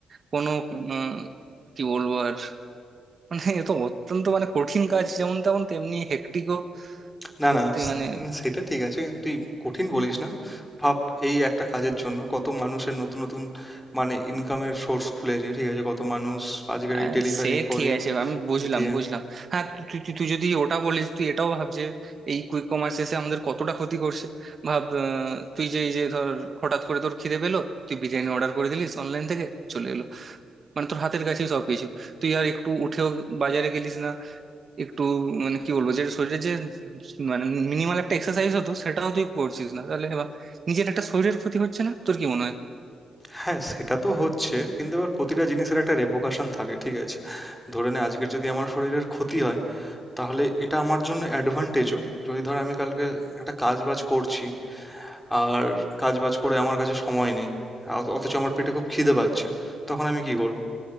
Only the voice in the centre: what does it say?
না
না সে-
উম, সেটা ঠিক আছে তুই কঠিন বলিস না ভাব এই একটা কাজের জন্য কত মানুষের নতুন নতুন মানে ইনকামের সোর্স খুলেছে ঠিক আছে কত মানুষ আজকের এই
ডেলিভারি
করে
দিয়ে
হ্যাঁ সেটা তো হচ্ছে কিন্তু এবার প্রতিটা জিনিসের একটা রেপোকাশন থাকে ঠিক আছে ধরে নে আজকের যদি আমার শরীরের ক্ষতি হয় তাহলে এটা আমার জন্য অ্যাডভান্টেজও যদি ধর আমি কালকে একটা কাজ বাজ করছি আর কাজ বাজ করে আমার কাছে সময় নেই অথ- অথচ আমার পেটে খুব খিদে পাচ্ছে তখন আমি কি করব